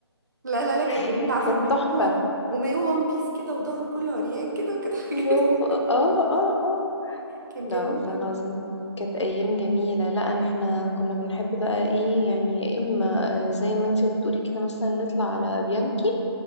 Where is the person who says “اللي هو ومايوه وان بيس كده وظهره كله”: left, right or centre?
Right